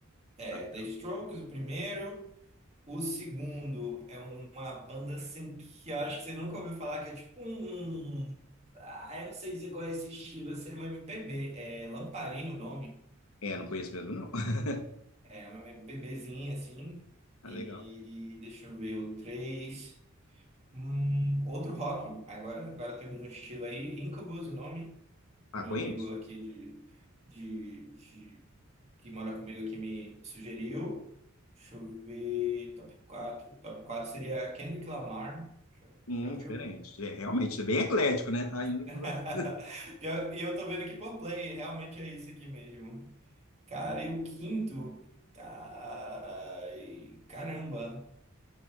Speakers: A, on the right; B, on the left.
A: é
B: Ah,
A: The Strokes o primeiro, o segundo é uma banda assim que eu acho que você nunca ouviu falar, que é tipo um... um- um, Ah, eu não sei dizer qual é esse estilo, seria uma MPB, é Lamparina o nome,
B: É, não conheço mesmo, não. <laughs>
A: é uma MPBzinha assim,
B: Tá
A: e
B: legal.
A: deixa eu ver, o três. Hum, outro rock, agora, agora temos um estilo aí, Incubus, o nome,
B: Ah,
A: que meu
B: conheço?
A: amigo aqui de, de, de- que mora comigo aqui me sugeriu. Deixa eu ver, top quatro, Top quatro seria Kendrick Lamar, já,
B: Hum,
A: já viu?
B: diferente. É, realmente, é bem eclético, né? Tá indo
A: <laughs>
B: pra você.
A: E eu, e eu tô vendo aqui por play, realmente é isso aqui mesmo. Cara, e o quinto, ai, caramba,